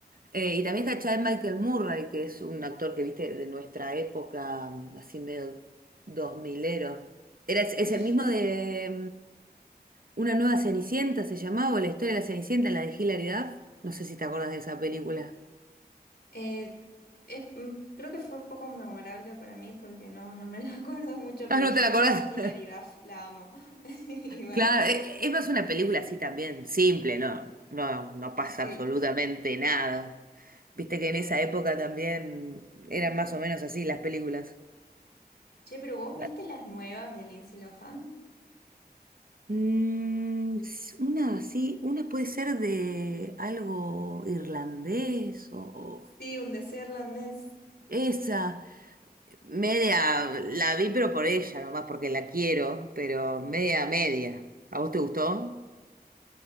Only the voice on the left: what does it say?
<laughs>
Eh, es, mm, creo que fue poco memorable para mí porque no, no me la <laughs> acuerdo mucho,
pero
yo
igual
a Hilary Duff la amo. <laughs> Igual,
sí.
Che, pero ¿vos
viste las nuevas de Lindsay Lohan?
Sí, un deseo irlandés.